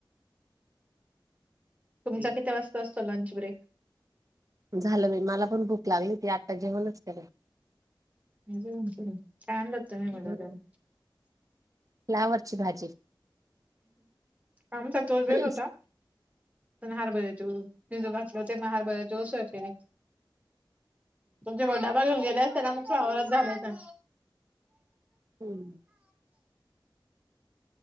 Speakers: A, on the right; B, on the right.
A: तुमचा किती वाजता असतो लंच ब्रेक?
B: झालं बाई मला पण भूक लागली होती आत्ता जेवणच केल.
A: काय आणलं होत तुम्ही मग
B: हं,
A: डब्याला?
B: फ्लावरची भाजी.
A: आमचा तोच बेत
B: हं,
A: होता. पण हरभऱ्याची ऊ भिजू घातले होते ना म हरभऱ्याची उसळ केली. तुमचे बडा घेऊन गेले असतेना म फ्लावरच घालुन त्यात.
B: हम्म.